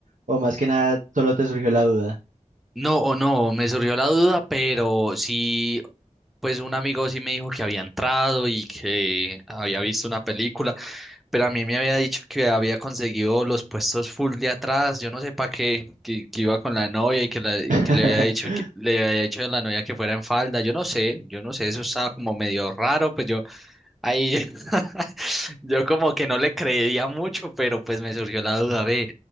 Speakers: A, on the right; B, in the centre.
A: o más que nada solo te surgió la duda?
B: No, o no, me surgió la duda, pero sí, pues un amigo sí me dijo que había entrado y que había visto una película, pero a mí me había dicho que había conseguido los puestos full de atrás, yo no sé para qué, que, que iba con la novia y que, la-
A: <laughs>
B: que le había dicho que le había dicho a la novia que fuera en falda, yo no sé, yo no sé, eso estaba como medio raro, pues yo Ahí <laughs> yo como que no le creía mucho, pero pues me surgió la duda, ve,